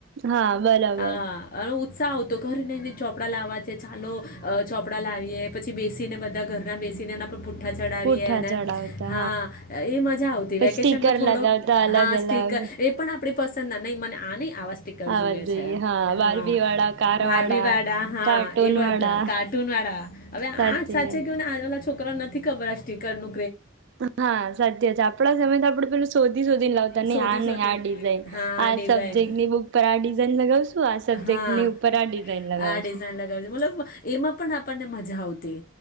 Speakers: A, on the right (about 60°); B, on the left (about 45°).
A: હા બરાબર.
B: હા અને ઉત્સાહ આવતો ઘર નને ચોપડા લાવવા છે ચાલો ચોપડા લાવીએે પછી બેસીને બધા ઘરના બેસીને એના પર પૂટ પૂઠા ચડાવીએ
A: પૂઠા
B: ને
A: ચડાવતા
B: હા એ મજા આવતી
A: પછી
B: વેકેશન
A: સ્ટીકર લગાવતા અલગ
B: હા
A: અલગ
B: સ્ટીકર એ પણ આપ આપણી પસંદના નહીં મને આ નઇ. આવા સ્ટીકર
A: આવા
B: જુઇએ
A: જ જોઈએ
B: છે હા
A: બારબી વાળા કાર
B: બાર્બીવાળા
A: વાળા
B: હા
A: કાર્ટૂન
B: એ બધા
A: વાળા
B: કાર્ટૂન વાળા હવે
A: સાચી
B: આ સાચે
A: વાત.
B: કેવું ને આજના વાળા છોકરા છોકરાઓ નથી ખબર આ સ્ટીકરનુ.
A: હા સાચે જ આપડા સમયમાં આપડે પેલું શોધી શોધી લાવતા નહી
B: શોધી
A: આ નહી
B: શોધી
A: આ ડિઝાઇન
B: હા
A: આ
B: ડિઝાઇન
A: સબ્જેક્ટની બુક પર આ ડિઝાઇન લગાવશું આ સબ્જેક્ટની
B: હા
A: ઉપર આ ડિઝાઇન લગાવશું.
B: આ ડિઝાઇન લગાવી મતલબ એમાં પણ આપણને મજા આવતી.